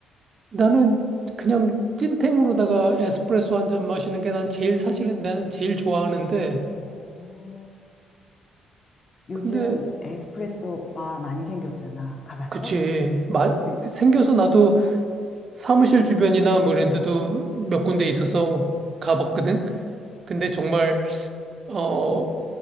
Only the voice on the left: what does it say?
오. 요즘
에스프레소 바 많이 생겼잖아. 가봤어?